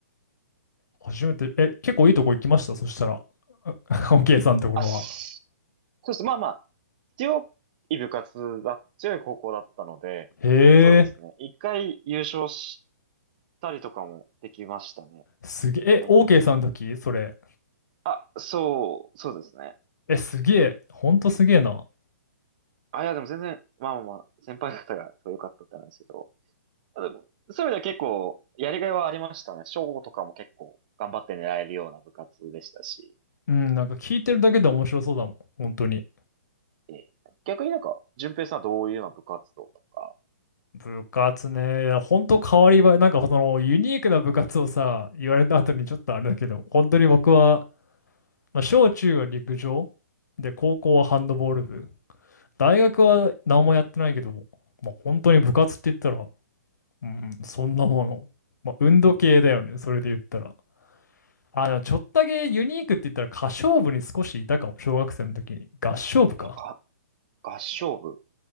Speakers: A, on the left; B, on the right.
A: 初めて、え、結構いいとこ行きましたそしたら。あ <laughs> OK さんのところは。
B: あ、しそうです。まあまあ、強い部活だ、強い高校だったので、
A: へえ、
B: そうですね。一回優勝したりとかもできましたね。
A: すげえ。え、
B: 全国
A: OK さんの時それ。
B: あ、そう、そうですね。
A: え、すげえ。ほんとすげえな。
B: あ、いや、でも全然、まあまあまあ、先輩方がすごい良かったってなんですけど、あでもそういう意味では結構、やりがいはありましたね。賞とかも結構頑張って狙えるような部活でしたし。
A: うん、なんか聞いてるだけで面白そうだもん。本当に。
B: ええ逆になんか、順平さんはどういうような部活動とか、
A: 部活ね、いや本当変わりばなんかそのユニークな部活をさ、言われた後にちょっとあれだけど、本当に僕は、まあ、小中は陸上で、高校はハンドボール部。大学は何もやってないけど、
B: うん
A: まあ、本当に部活って言ったら、うん、そんなもの。まあ、運動系だよね、それで言ったら。あ、でもちょっとだけユニークって言ったら歌唱部に少しいたかも、小学生の時に。合唱部か。
B: あが合唱部。